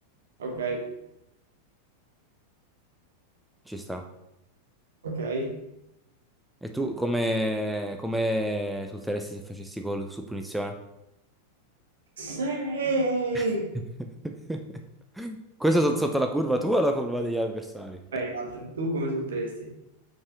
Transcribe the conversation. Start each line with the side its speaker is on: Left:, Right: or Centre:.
Right: ok,
Centre: Ci sta.
Right: ok.
Centre: E tu come, come salteresti se facessi gol su punizione?
Right: Sì!
Centre: <laughs> Questo so- sotto la curva tua o la curva degli avversari?
Right: Vai, altri. Tu come solteresti?